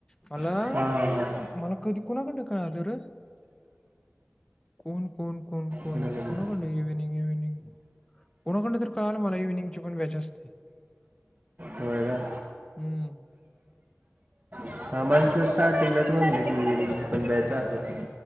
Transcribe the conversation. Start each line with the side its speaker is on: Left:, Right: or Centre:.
Left: मला,
Right: हां हां हां
Left: मला कधी कुणाकडन कळालं रे कोण कोण कोण कोण
Right: पुण्याकडनं
Left: कोणाकडन इव्हिनिंग इव्हनिंग कोणाकडन तर कळालं मला इव्हिनिंगची पण बँच असते.
Right: होय काय
Left: हम्म.
Right: <unintelligible>